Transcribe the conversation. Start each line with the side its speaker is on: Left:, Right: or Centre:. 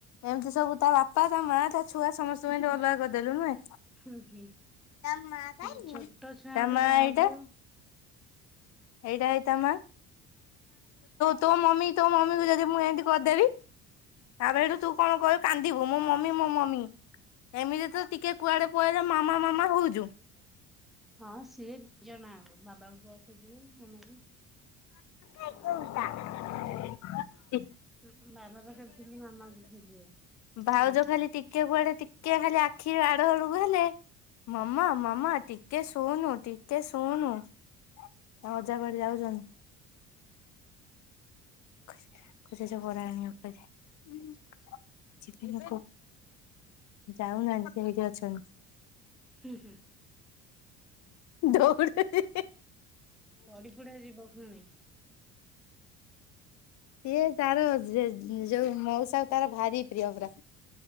Left: ଏମିତି ସବୁ ତା ବାପା, ତା ମା, ତା ଛୁଆ, ସମସ୍ତଙ୍କୁ ଏ ଅଲଗା କରି ଦେଲୁ ନୁହେଁ,
Centre: ହୁଁ ହୁଁ।
Left: ତା ମା ଏଇଟା
Centre: ଏଇ ଛୋଟ ଛୁଆଙ୍କୁ ଯାହା ଦିଅ
Left: ହେଇଟା ହେ ତା ମା, ତୋ ମମି ତୋ ମମି କୁ ଯଦି ମୁଁ ଏମତି କରିଦେବି? ତାପରଠୁ ତୁ କଣ କରିବୁ କାନ୍ଦିବୁ ମୋ ମମି ମୋ ମମି। ଏମିତି ତ ଟିକେ କୁଆଡେ ପଳେଇଲେ ମାମା ମାମା ହଉଚୁ।
Centre: ହଁ ସିଏ ଜଣାହବ ବାବାକୁ କୁଆଡେ ଖୋଜିବ ମାମାକୁ।
Left: ଟା
Centre: ହୁଁ, ବାବା ପାଖରେ ଥିଲେ ମାମାକୁ ଖୋଜିବ।
Left: ଭାଉଜ
Centre: ହୁଁ
Left: ଖାଲି ଟିକେ କୁଆଡେ ଟିକେ ଖାଲି ଆଖି ଆ ତଳୁକୁ ହେଲେ ମାମା ମାମା ଟିକେ ଶୁନୁ ଟିକେ ଶୁଣୁ। ତାଙ୍କ ଅଜା କୁଆଡେ ଯାଉଚନ। <inaudible> ସେ ସବୁ ବରା ଆଣିବ କହିଥିଲେ। ଯିବିନା କ ଯାଉନାହାନ୍ତି ସେଇଠି ଅଛନ୍।
Centre: ହୁଁ, ହୁଁ।
Left: ଦୌଡୁଛି
Centre: ପଡିପୁଡା ଯିବ ଫୁଣି। <inaudible>
Left: ସିଏ ତାର ଯେ ଯୋଉ ମଉସା ତାର ଭାରି ପ୍ରିୟ ପୁରା।